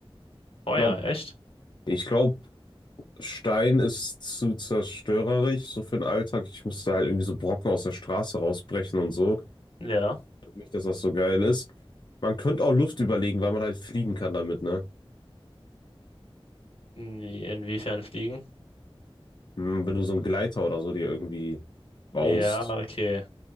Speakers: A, on the left (about 70°); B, on the left (about 50°).
A: Oh
B: Ich glaube,
A: ja, echt?
B: ich glaube, Stein ist zu zerstörerisch, so für den Alltag. Ich musste halt irgendwie so Brocken aus der Straße rausbrechen und so.
A: Ja.
B: Nicht, dass das so geil ist. Man könnte auch Luft überlegen, weil man halt fliegen kann damit, ne?
A: Hm, Inwiefern fliegen?
B: Hm, Wenn du so einen Gleiter oder so dir irgendwie baust.
A: Ja, okay.